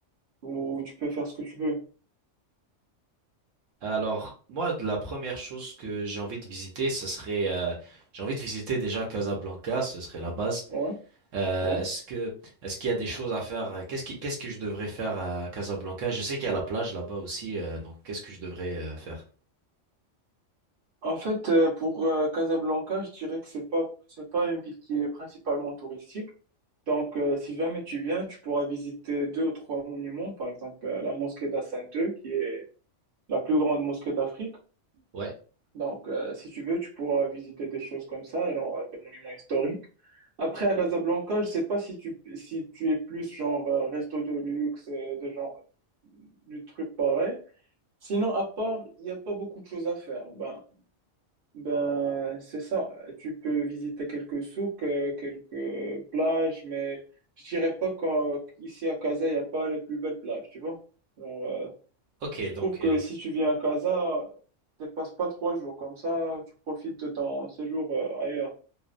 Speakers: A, on the right; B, on the right.
A: où tu peux faire ce que tu veux.
B: Alors, moi, de la première chose que j'ai envie de visiter, ce serait, euh, j'ai envie de visiter déjà Casablanca, ce serait la base.
A: Ouais,
B: Euh,
A: ouais.
B: est-ce que, est-ce qu'il y a des choses à faire? euh, Qu'est-ce qui, qu'est-ce que je devrais faire à Casablanca? Je sais qu'il y a la plage là-bas aussi, euh, donc qu'est-ce que je devrais euh, faire?
A: En fait, euh, pour euh, Casablanca, je dirais que c'est pas, c'est pas une ville qui est principalement touristique. Donc, euh, si jamais tu viens, tu pourras visiter deux ou trois monuments. Par exemple, euh, la mosquée d'Hassan II, qui est la plus grande mosquée d'Afrique.
B: Ouais.
A: Donc, euh, si tu veux, tu pourras visiter des choses comme ça, genre euh, des monuments historiques. Après, à Casablanca, je sais pas si tu, si tu es plus genre euh, resto de luxe, euh, de genre du truc pareil. Sinon, à part, il n'y a pas beaucoup de choses à faire. Ben, ben, c'est ça. Tu peux visiter quelques souks, euh, quelques plages, mais je dirais pas qu'en- qu'ici à Casa, il n'y a pas les plus belles plages, tu vois. Genre, euh,
B: Ok,
A: je trouve
B: donc,
A: que
B: euh,
A: si tu viens à Casa, tu passes pas trois jours comme ça, tu profites de ton séjour euh, ailleurs.